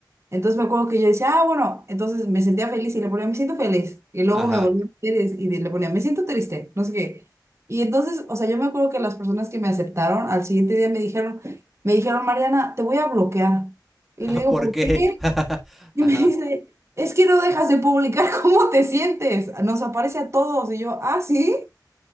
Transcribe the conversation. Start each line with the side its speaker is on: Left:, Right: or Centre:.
Right: Entonces me acuerdo que yo decía, ah, bueno, entonces me sentía feliz y le ponía, me siento feliz. Y luego
Centre: Ajá,
Right: me volví a meter y, y le ponía, me siento triste, no sé qué. Y entonces, o sea, yo me acuerdo que las personas que me aceptaron al siguiente día me dijeron, me dijeron, Mariana, te voy a bloquear. Y
Centre: <laughs>
Right: le digo,
Centre: ¿por
Right: ¿por
Centre: qué?
Right: qué?
Centre: <laughs>
Right: <laughs> Y
Centre: Ajá.
Right: me dice, es que no dejas de publicar <laughs> cómo te sientes. Nos aparece a todos. Y yo, ah, sí.